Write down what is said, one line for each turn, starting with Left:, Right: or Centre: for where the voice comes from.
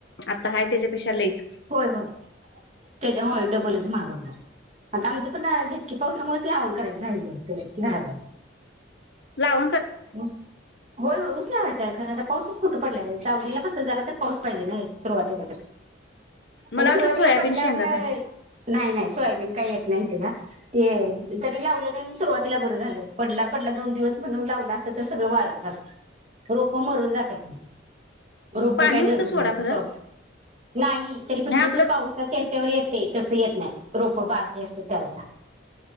Left: आता हय त्याच्यापेक्षा लईच
Right: होय होय त्याच्या होय डबलच मागवणार आता आमचं पण झच की पावसामुळेच लावण करायला राहिलं होते घरा
Left: लाव
Right: होय होय उसलावायचा आहे खरं आता पाऊसच खोटं पडलाय वडीला कस झालं तर पाऊस पाहिजे ना सुरुवातीला तरी
Left: मला
Right: तरी सुरुवातीला
Left: वाटलं सोयाबीन
Right: पडल्यावर
Left: शेंगा
Right: ना
Left: काय
Right: नाही नाही सोयाबीन काही येत नाही ते का ते तरी लावलं नाही सुरुवातीला बरं झाल पडला पडला दोन दिवस म्हणून लावला तर सगळं वाळ जा असत रोप मरून जातात ना रोप
Left: पाणी
Right: काय
Left: होतं
Right: जगत
Left: सोडा
Right: नाही
Left: खरं
Right: नाही तरी पण
Left: नाही
Right: जस
Left: आपलं
Right: पाऊस ह्याच्यावर येत तस येत नाही रोप बारकीी असत त्यावेळेला